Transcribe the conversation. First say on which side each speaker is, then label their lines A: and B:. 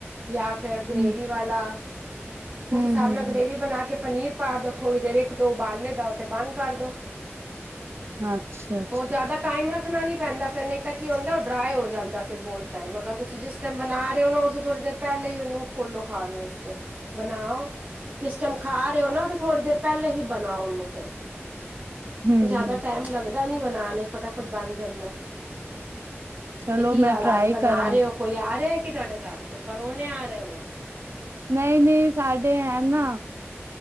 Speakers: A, on the right; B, on the right.
A: ਜਾਂ ਫਿਰ ਗਰੇੇਵੀ
B: ਹੂੰ,
A: ਵਾਲਾ ਉਸ
B: ਹੂੰ-ਹੂੰ-ਹੂੰ,
A: ਹਿਸਾਬ ਨਾਲ ਗ੍ਰੇਵੀ ਬਣਾ ਕੇ ਪਨੀਰ ਪਾ ਦੋ, ਥੋੜ੍ਹੀ ਦੇਰ ਇੱਕ ਦੋ ਉਬਾਲੇ ਦਓ ਤੇ ਬੰਦ ਕਰ ਦੋ।
B: ਅੱਛਾ ਅੱਛਾ
A: ਹੋਰ ਜ਼ਿਆਦਾ ਟਾਈਮ ਰੱਖਣਾ ਨੀ ਪੈਂਦਾ, ਫਿਰ ਨਹੀਂ ਤਾਂ ਕੀ ਹੁੰਦਾ ਉਹ ਡਰਾਏ ਹੋ ਜਾਂਦਾ, ਫੇਰਬਹੁਤ ਟਾਇਮ ਅਗਰ ਤੁਸੀਂ ਜਿਸ ਜੇ ਬਣਾ ਰਹੇ ਹੋ ਉਹਨੂੰ ਉਸ ਥੋੜ੍ਹੀ ਦੇਰ ਪਹਿਲੇ ਹੀ ਨੂੰ ਖੋਲੋ ਖਾਣ ਵਾਸਤੇ ਬਣਾਓ ਜਿਸ ਟੈਮ ਖਾ ਰਹੇ ਹੋ ਨਾ ਤੇ ਥੋੜੀ ਦੇਰ ਪਹਿਲੇ ਹੀ ਬਣਾਓ ਉਹਨੂੰ ਫਿਰ
B: ਹੂੰ
A: ਜਾਦਾ
B: ਹੂੰ
A: ਟੈਮ ਲੱਗਦਾ ਨੀ ਬਣਾਨ ਵਿਚ ਫਟਾਫਟ ਬਣ ਜਾਂਦਾ
B: ਚਲੋ
A: ਤੇ ਕੀ
B: ਮੈਂ
A: ਗੱਲ
B: ਟਰਾਈ
A: ਅੱਜ ਬਣਾ
B: ਕਰਾਂਗੀ
A: ਰਹੇ ਔ ਕੋਈ ਆ ਰਿਹਾ ਕੀ ਤੁਹਾਡੇ ਘਰ ਕੋਈ ਪਰੋਣੇ ਆ ਰਹੇ ਨੇ
B: ਨਹੀਂ ਜੀ ਸਾਡੇ ਹੈਨਾ